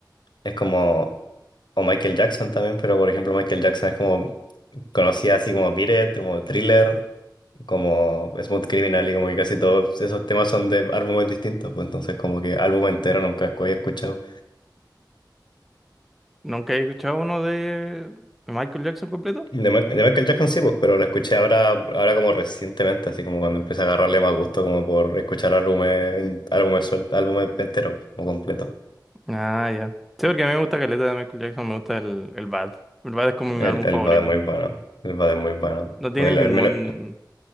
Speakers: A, on the left; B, in the centre.
A: es como, o Michael Jackson también, pero por ejemplo Michael Jackson es como, conocía así como Beat It, como Thriller. como Smooth Criminal y como que casi todos esos temas son de álbumes distintos, pues entonces como que álbum entero nunca había escuchado.
B: ¿Nunca he escuchado uno de Michael Jackson completo?
A: De, Ma- de Michael Jackson sí, pues, pero lo escuché ahora, ahora como recientemente, así como cuando empecé a agarrarle más gusto como por escuchar álbumes, en- álbumes sueltos, álbumes enteros, como completo.
B: Ah, ya. Sí, porque a mí me gusta Caleta de Michael Jackson, me gusta el, el Bad. El Bad es como
A: El,
B: mi álbum
A: el
B: favorito.
A: Bad es muy bueno, el Bad es muy bueno.
B: No tiene
A: Me lo-
B: ningún,
A: me lo-